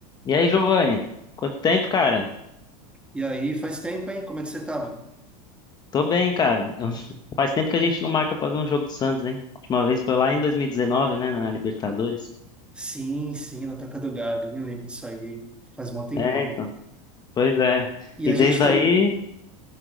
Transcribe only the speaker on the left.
E aí, Giovanni? Quanto tempo, cara?
Tô bem, cara. Eu- <laughs> Faz tempo que a gente não marca pra ver um jogo do Santos, hein? A última vez foi lá em 2019, né, na Libertadores.
É, então. Pois é.
E
desde
aí,